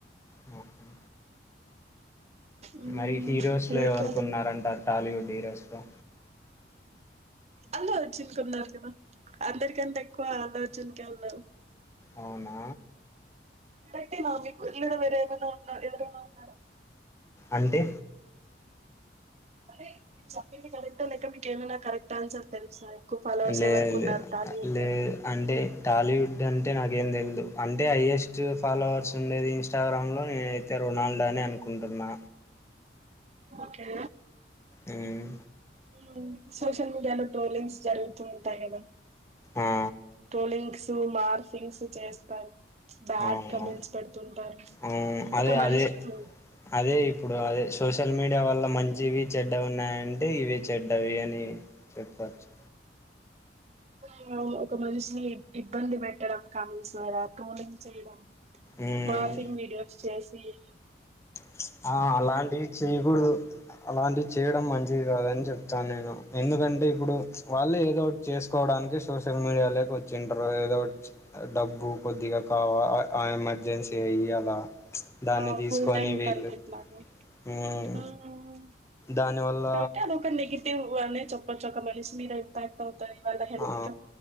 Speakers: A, on the left (about 15°); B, on the right (about 35°).
A: మొహం
B: మ్మ్
A: మరి హీరోస్
B: విరాట్
A: లో ఎవరుకున్నారంటారు
B: కోహ్లీ
A: టాలీవుడ్ హిరోస్ లో
B: అల్లు అర్జున్ కు ఉన్నారు కదా అందరికంటే ఎక్కువ అల్లు అర్జున్ కే ఉన్నారు
A: అవునా
B: పెట్టేవాల్ మీకు లేదా వేరే ఎవన్నా ఉన్నారేవరన్నా ఉన్నారా
A: అంటే
B: అదే చెప్పింది కరెక్టో లేక మీకు ఏమైనా కరెక్ట్ ఆన్సర్ తెలుసా ఎక్కువ ఫాలోవర్స్
A: లేద్
B: ఎవరికి ఉన్నారు
A: లే
B: టాలీవుడ్
A: లేదు
B: లో
A: అంటే టాలీవుడ్ అంటే నాక్ ఏందేందో అంటే హయ్యెస్ట్ ఫాలోవర్స్ ఉండేది ఇన్స్టాగ్రామ్లో నేనైతే రొనాల్డ్ అని అనుకుంటున్నా.
B: ఓకే
A: ఉమ్మ్
B: మ్మ్ సోషల్ మీడియాలో ట్రోలింగ్స్ జరుగుతూ ఉంటాయి గదా
A: ఆ
B: ట్రోలింగ్స్ టు మార్సింగ్స్ చేస్తారు. బ్యాడ్
A: అవును
B: కమెంట్స్ పెడుతుంటారు
A: ఆ అవున్, అదే
B: ఒక మనిషిని
A: అదే అదే ఇప్పుడు, అదేశ్ సోషల్ మీడియా వల్ల, మంచివి చెడ్డవి ఉన్నాయంటే, ఇవే చెడ్డవి అని చెప్పచ్చు.
B: అవునవును ఒక మనిషిని ఇబ్ ఇబ్బంది, పెట్టడం కామెంట్స్ ద్వారా ట్రోలింగ్ చేయడం.
A: మ్మ్
B: మార్ఫింగ్ వీడియోస్ చేస్ పేర్లు
A: ప్చ్ ఆ అలాంటివి చేయ్యకూడుదు, అలాంటివి చేయడం మంచిది కాదని చెప్తాను. నేను ఎందుకంటే ఇప్పుడు ప్చ్ వాళ్ళే ఏదో ఒకటి చేసుకోవడానికి, సోషల్ మీడియాలోకి వచ్చింటర్, ఏదో ఒకటి ప్చ్ డబ్బు కొద్దిగా కావా ఆ ఎమర్జెన్సీ ఇయల్లా ప్చ్ దాన్ని
B: ఆ
A: తీసుకొని
B: ఫుల్ టైమ్ మ్మ్
A: వీళ్ళు
B: కాబట్టి ఎట్లాగోమ్
A: మ్మ్
B: హ్మ్మ్
A: దానివల్ల
B: కాబట్టి, అది ఒక నేగిటివ్ ఇవన్ని చెప్పచ్చు, ఒక మనిషి మీద ఇంపాక్ట్ అవ్ చ ఇవాళ హెల్త్
A: ఆ